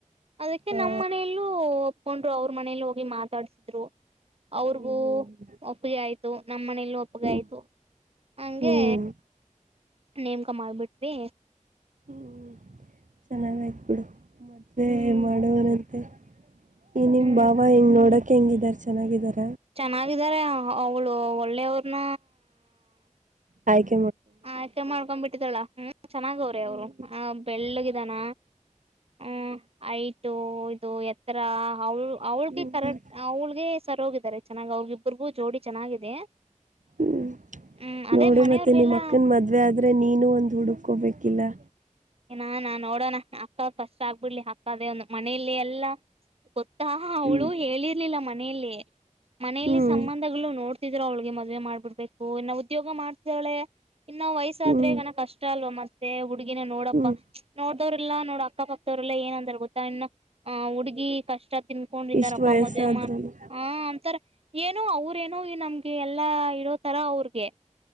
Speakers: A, on the right; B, on the right.
A: ಅದಕ್ಕೆ
B: ಹಾ
A: ನಮ್ಮ್ ಮನೆಯಲ್ಲೂ ಒಪ್ಕೋಂಡ್ರು ಅವ್ರ ಮನೇಲಿ ಹೋಗಿ ಮಾತಾಡ್ಸಿದ್ರು ಅವ್ರಗೂ
B: ಹ್ಮ್ ಹ್ಮ್
A: ಒಪ್ಪಗೆ ಆಯ್ತು <unintelligible> ನಮ್ಮ್ ಮನೆಲ್ಲಿ ಒಪ್ಪಗಾಯ್ತು
B: ಹ್ಮ್
A: ಹಂಗೆ
B: ಹ್ಮ್
A: ನೇಮಕಾ ಮಾಡ್ಬಿಟ್ವಿ
B: ಹ್ಮ್ ಚೆನ್ನಾಗಯ್ತ್ ಬಿಡು ಮತ್ತೆ
A: ಹ್ಮ್
B: ಮಾಡೋವರತ್ರ ಮತ್ತೆ ಹೇ ನಿಮ್
A: ಹ್ಮ್
B: ಭಾವ ಹೆಂಗ್ ನೋಡಕ್ ಹೆಂಗಿದ್ದಾರೆ ಚೆನ್ನಾಗಿದ್ದಾರಾ
A: ಚೆನ್ನಾಗಿದಾರೆ ಅವಳು ಒಳ್ಳೆಯವ್ರನ್ನ
B: ಹಾಗೆ
A: ಆಕೆ ಮಾಡ್ಕೊಂಡ್ಬ ಬಿಟ್ಟಿದಳ ಹ್ಮ್ ಚೆನ್ನಾಗ ಅವ್ರೆ
B: ಹ್ಮ್
A: ಅವ್ರು ಆ ಬೆಳ್ಳಗಿದಾನ ಹ್ಮ್ ಐಟು ಇದು ಎತ್ತರಾ ಅವಳು ಅವಳಿಗೆ
B: ಹ್ಮ್
A: ಕರೆಕ್ಟ್ ಅವ್ಳಿಗೆ ಸರ್ ಹೋಗಿದ್ದಾರೆ ಚೆನ್ನಾಗಿ ಅವಗಿಬ್ಬ್ರಗೂ ಜೋಡಿ ಚೆನ್ನಾಗಿದೆ
B: ಹ್ಮ್
A: ಹ್ಮ್ ಅದೇ
B: ನೋಡು
A: ಮನೆಯವ್ರಿಗೆಲ್ಲಾ
B: ಮತ್ತೆ ನಿಮ್ಮ ಅಕ್ಕನ್ ಮದ್ವೆ ಆದ್ರೆ ನೀನು ಒಂದ್ ಹುಡುಕ್ಕೋಬೇಕಿಲ್ಲಾ
A: ನಾನ್ ನೋಡೋಣ ಅಕ್ಕ ಫಸ್ಟ್ ಆಗ್ಬಿಡ್ಲಿ ಅಕ್ಕ ಒಂದು ಮನೆಯಲ್ಲಿ ಎಲ್ಲಾ ಗೊತ್ತಾ ಅವಳು
B: ಹ್ಮ್
A: ಹೇಳಿರ್ಲಿಲ್ಲ ಮನೆಯಲ್ಲಿ ಮನೆಲ್ಲಿ
B: ಹ್ಮ್
A: ಸಂಬಂಧಗಳು ನೋಡ್ ಅವ್ಳಿಗೆ ಮದ್ವೆ ಮಾಡ್ಬಿಡ್ಬೇಕು ಇನ್ನು ಉದ್ಯೋಗ ಮಾಡ್ತಿದಳೆ ಇನ್ನು ವಯಸ್ಸಾದ್ರೆ
B: ಹ್ಮ್
A: ಈಗಾನ ಕಷ್ಟ ಅಲ್ವಾ ಮತ್ತ ಹುಡುಗಿನ ನೋಡ್
B: ಹ್ಮ್
A: ಅವ್ರಲ್ಲ ನೋಡ್ ಅಕ್ಕ ಪಕ್ದವ್ರಲ್ಲ ಏನ್ ಅಂದ್ರ ಗೊತ್ತಾ ಇನ್ನು ಹ ಹುಡ್ಗಿ ಕಷ್ಟ ತಿನ್ಕೊಂಡಿದ್ದಾರಪ್ಪ
B: ಇಷ್ಟ್ ವಯಸ್ಸಾದ್ರೂನು
A: ಮದ್ವೆಮ್ಮ ಹಾ ಅಂತಾರ ಏನುೋ ಅವ್ರೇನುೋ ಈ ನಮ್ಗೆ ಎಲ್ಲಾ ಇರೋತರ ಅವ್ರಗೆ